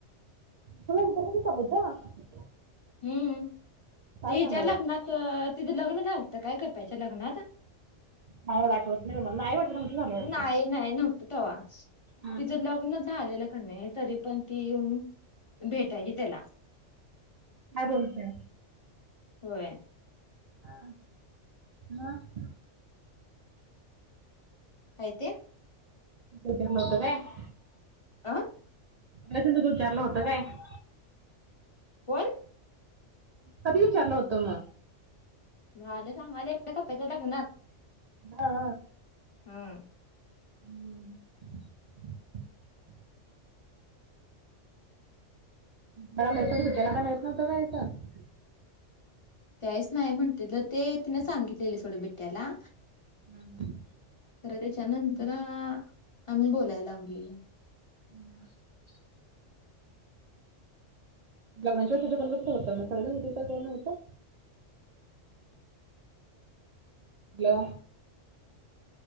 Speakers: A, on the right; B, on the left.
A: तुम तरीपण ते चालु बत <inaudible>
B: हम्म
A: काय
B: ते
A: सांगायल्यास?
B: हीच्या लग्नात तिझ लग्न झालतं काय कप्याच्या लग्नात.
A: नाही आठवत नाही मला, नाही वाटत झालं वाटतं.
B: नाही नाही नव्हतं तेव्हा
A: हम्म
B: तिचं लग्न झालेलं का नाही. तरी पण ती येऊन भेटायची त्याला.
A: काय बोलतय.
B: होय.
A: हा ना <unintelligible>
B: काय ते.
A: विचारल होत काय <inaudible>
B: आं.
A: तर तो विचारला हों काय <inaudible>
B: कोण?
A: कधी विचारलं होतं मग.
B: झाले सांगाले का प्याच्या लग्नात.
A: हा
B: हम्म
A: हम्म <inaudible> मला माहित नव्हत बिट्याला काय माहित नव्हंत वयाचं.
B: त्यावेळेस नाही म्हणलेलं ते तिनं सांगितलेले सोडं बिट्याला.
A: हा हा.
B: तर त्याच्यानंतर आम्ही बोलायला लावली.
A: हम. लग्नाच्या वेळेस तुझं होत मग सगळं म्र कोण नव्हतं. हॅलो.